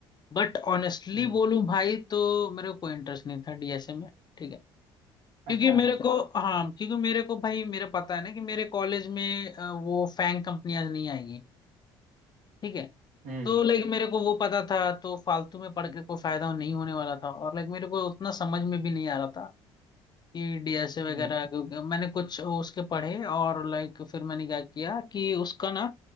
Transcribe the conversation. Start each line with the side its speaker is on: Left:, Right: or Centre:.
Left: बट ऑनेस्टली
Right: हम्म
Left: बोलूं भाई तो मेरे को कोई इंटरेस्ट नहीं था डीएसए में ठीक है
Right: अच्छा
Left: क्योंकि मेरे को हाँ क्योंकि मेरे को भाई मेरे पता है ना कि मेरे कॉलेज में अ, वो फैंग कंपनियां नहीं आएंगी ठीक है
Right: हम्म
Left: तो लाइक मेरे को वो पता था तो फालतू में पढ़ के कोई फायदा नहीं होने वाला था और लाइक मेरे को उतना समझ में भी नहीं आ रहा था कि डीएसए
Right: हम्म
Left: वगैरह क्योंकि मैंने कुछ उसके पढ़े और लाइक फिर मैंने क्या किया कि उसका ना